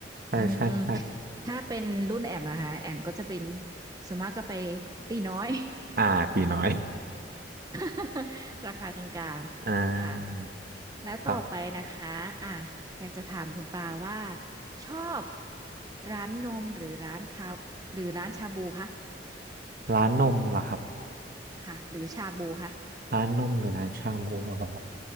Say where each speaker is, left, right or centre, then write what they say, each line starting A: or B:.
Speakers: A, on the right; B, on the right.
A: ใช่ใช่ใช่
B: อืม อืม ถ้าเป็นรุ่นแอมนะคะแอมก็จะเป็นส่วนมากก็ไปตีน้อย
A: อ่าตีน้อย
B: <laughs> ราคากลางๆ
A: <laughs> อ่า
B: ค่ะ แล้วต่อไปนะคะอ่ะ
A: ก็
B: อยากจะถามคุณปาว่าชอบร้านนมหรือร้านคาหรือร้านชาบูคะ
A: ร้านนมเหรอครับ
B: ค่ะหรือชาบูค่ะ
A: ร้านนมหรือร้านชาบูเหรอ